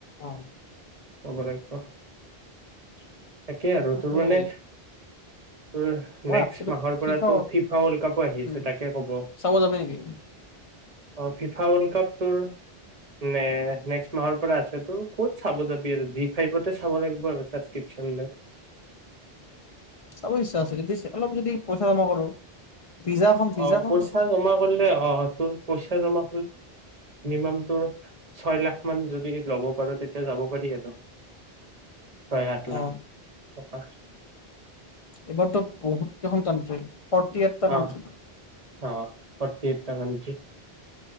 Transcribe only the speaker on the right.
কব লাগিব। তাকে আৰু
তোৰ
মানে ত নেক্সট
মাহৰ পৰাো
ফিফা ৱৰ্ল্ড কাপো আহি
আছে তাকে ক'ব। অ
ফিফা ৱৰ্ল্ড কাপ তোৰ ন নেক্ মাহৰ পৰা আছে তোৰ ক'ত চাব যাবি জি ফাইভতে চাব লাগিব আৰু ছাব্ক্ৰিপচন লয়।
অ পইচা জমা কৰিলে আহ তোৰ পইচা জমা। ম ত ছয় লাখ মান যদি ল'ব পাৰ তেতিয়া যাব পাৰি আৰু। ছয় আত
লাখ। ককা।
অ অ forty eighty country.